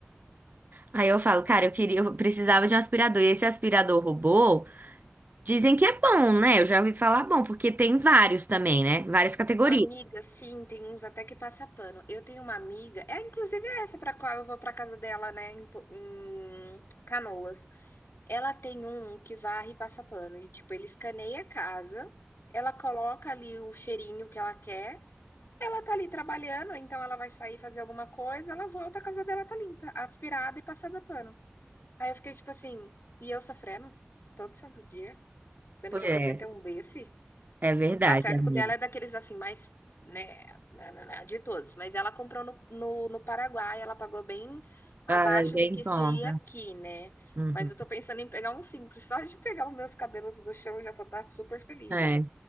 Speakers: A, on the right; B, on the left.
A: Aí eu falo, cara, eu queria, eu precisava de um aspirador. E esse aspirador robô, dizem que é bom, né? Eu já ouvi falar bom, porque tem vários também, né? Várias categorias.
B: Amiga, sim, tem uns até que passa pano. Eu tenho uma amiga, é inclusive essa pra qual eu vou pra casa dela, né, em, Po- em Canoas. Ela tem um que varre e passa pano e tipo, ele escaneia a casa, ela coloca ali o cheirinho que ela quer. Ela tá ali trabalhando, então ela vai sair fazer alguma coisa, ela volta, a casa dela tá limpa, aspirada e passada pano. Aí eu fiquei tipo assim, e eu sofrendo todo santo dia, sendo que
A: É,
B: eu podia ter um desse.
A: é verdade,
B: Tá certo
A: amiga.
B: que o dela é daqueles, assim, mais, né, na na na de todos, mas ela comprou no no no Paraguai, ela pagou bem abaixo
A: Ai, bem
B: do que
A: bom.
B: seria aqui, né.
A: Uhum.
B: Mas eu tô pensando em pegar um simples, só de pegar os meus cabelos do chão eu já vou estar super feliz
A: É.
B: já.